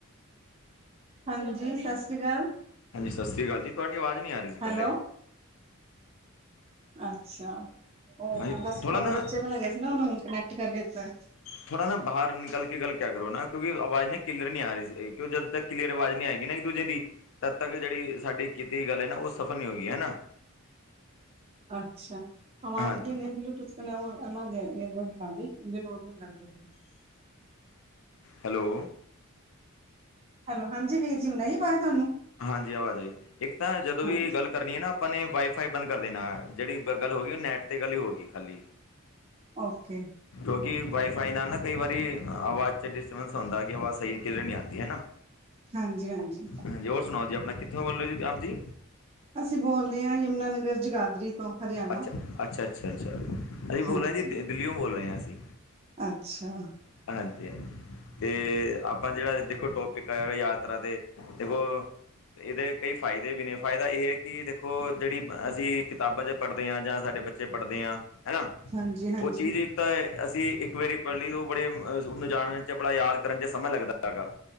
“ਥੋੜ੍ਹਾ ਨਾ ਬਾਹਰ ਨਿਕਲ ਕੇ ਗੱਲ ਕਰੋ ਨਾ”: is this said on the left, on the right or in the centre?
Left